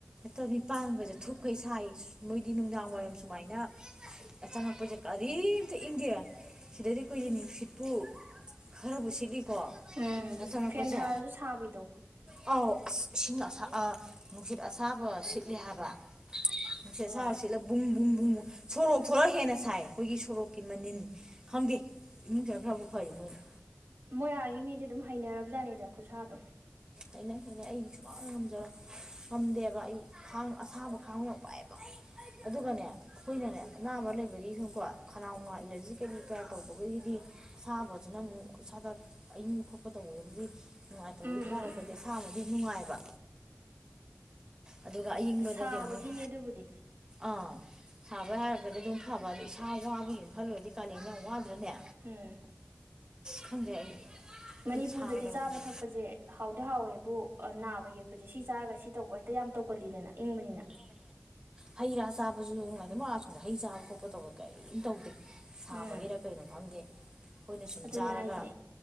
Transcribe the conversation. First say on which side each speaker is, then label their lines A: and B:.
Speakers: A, on the right; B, on the right.
A: ꯅ ꯃꯤ ꯄꯥꯟꯕꯁꯦ ꯊꯨꯞꯈꯩ ꯁꯥꯏ ꯃꯣꯏꯗꯤ ꯅꯨꯡꯗꯥꯡ ꯋꯥꯏꯔꯝ ꯁꯨꯃꯥꯏꯅ ꯑꯆꯪꯉꯛꯄꯁꯦ ꯀꯔꯤꯝꯇ ꯏꯪꯗꯦ ꯁꯤꯗꯩꯗꯤ ꯑꯩꯈ ꯏ ꯅꯨꯡꯁꯤꯄꯨ ꯈꯔꯕꯨ ꯁꯤꯠꯂꯤꯀꯣ
B: ꯎꯝ
A: ꯅ ꯆꯉꯛꯄꯁꯦ
B: ꯐꯦꯟ ꯊꯥꯔꯁꯨ ꯁꯥꯕꯤꯗꯣ
A: ꯑꯥꯎ ꯏꯁꯤꯡ ꯑꯁ ꯅꯨꯡꯁꯤꯠ ꯑꯁꯥꯕ ꯁꯤꯠꯂꯤ ꯍꯥꯏꯕ ꯅꯨꯡꯁꯠꯁꯥꯎꯁꯤꯠꯂ
B: ꯍꯣꯏ
A: ꯕꯨꯝ ꯕꯨꯝ ꯕꯨꯝ ꯁꯣꯔꯣꯛ ꯊꯂ ꯍꯦꯟꯅ ꯁꯥꯏ ꯑꯩꯈꯣꯏꯒꯤ ꯁꯣꯔꯣꯛꯀꯤ ꯃꯅꯤꯟ ꯈꯪꯗꯦ ꯏꯃꯨꯡꯖꯥ ꯐꯕꯕꯨ ꯐꯩ ꯃꯩꯅ
B: ꯃꯣꯏ ꯑꯥꯒꯤ ꯃꯤꯗꯤ ꯑꯗꯨꯝ ꯍꯩꯅꯔꯕꯖꯥꯠꯅꯤꯗ ꯈꯨꯠꯁꯥꯗꯣ
A: ꯑꯩꯅ ꯍꯦꯅ ꯑꯩꯗꯤ ꯁꯨꯃꯥꯡꯅ ꯉꯝꯖꯔ ꯉꯝꯗꯦꯕ ꯑꯩ ꯈꯥꯡ ꯑꯁꯥꯕ ꯈꯥꯡ ꯌꯥꯎ ꯋꯥꯏ ꯑꯗꯨꯒꯅꯦ ꯑꯩꯈꯣꯏꯅꯅꯦ ꯑꯅꯥꯕ ꯂꯩꯕꯒꯤ ꯁꯨꯝꯀꯣ ꯈꯅꯥꯎꯅ ꯑꯦꯂꯔꯖꯤ ꯀꯔꯤ ꯀꯌꯥ ꯇꯈꯒꯤꯗꯤ ꯁꯥꯕꯁꯤꯅ ꯑꯃꯨꯛ ꯏꯁꯥꯗ ꯑꯌꯤꯡꯕ ꯇꯧꯕꯕꯨꯗꯤ ꯅꯨꯡꯉꯥꯏꯇꯧꯔꯒꯤꯗꯤ
B: ꯎꯝ
A: ꯍꯥꯏꯔꯒꯗꯤ
B: ꯎꯝ ꯎꯝ
A: ꯑꯁꯥꯕꯗꯤ ꯅꯨꯡꯉꯥꯏꯕ ꯑꯗꯨꯒ ꯑꯏꯪꯕꯗꯗꯤ
B: ꯁꯥꯕꯒꯤꯅꯦꯗ
A: ꯑꯃꯨꯛ
B: <inaudible>
A: ꯑꯥ ꯁꯥꯕ ꯌꯥꯔꯒꯗꯤ ꯑꯗꯨꯝ ꯐꯕ ꯑꯗ ꯏꯁꯥ ꯋꯥꯕꯒꯤꯨꯝ ꯈꯜꯂꯨꯔꯗꯤ ꯀꯥꯂꯦꯟ ꯌꯥꯝ ꯋꯥꯗ꯭ꯔꯅꯦ
B: ꯎꯝ
A: ꯐꯟꯗꯦ ꯑꯩ
B: ꯃꯅꯤꯄꯨꯔꯗꯗꯤ
A: ꯑꯩ ꯁꯥꯒꯠꯂꯛꯄꯁꯦ
B: ꯆꯥꯕ ꯊꯛꯄꯁꯦ ꯍꯥꯎꯗꯤ ꯍꯥꯎꯋꯦꯕꯨ ꯅꯥꯕ ꯌꯦꯛꯄꯁꯦ ꯁꯤ ꯆꯥꯔꯒ ꯁꯤ ꯇꯧꯕ ꯍꯦꯛꯇ ꯌꯥꯝ ꯇꯧꯒꯜꯂꯤꯗꯅ ꯏꯪꯕꯅꯤꯅ
A: ꯍꯩ ꯔꯥ ꯆꯥꯕꯁꯨꯉꯦ ꯑꯗꯨꯝ ꯋꯥꯥ ꯁꯣꯗ ꯍꯩ ꯆꯥꯕ ꯈꯣꯠꯄ ꯇꯧꯕ ꯀꯔꯤꯝ ꯇꯧꯗꯦ ꯁꯥꯕꯒꯤꯔ
B: ꯎꯝ
A: ꯀꯩꯅꯣ ꯈꯪꯗꯦ ꯑꯩꯈꯣꯏꯅ ꯁꯨꯝ
B: ꯑꯗꯨꯅꯦ
A: ꯆꯥꯔꯒ
B: ꯍꯥꯏꯁꯦ